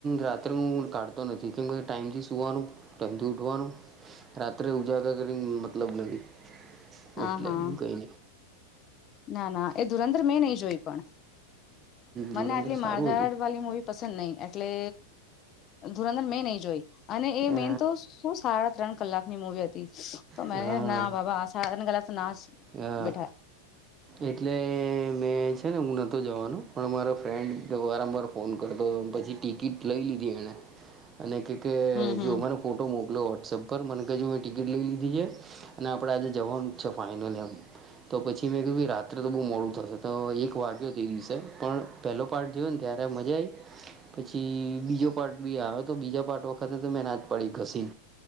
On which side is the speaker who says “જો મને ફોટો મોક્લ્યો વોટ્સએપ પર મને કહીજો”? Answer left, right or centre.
Right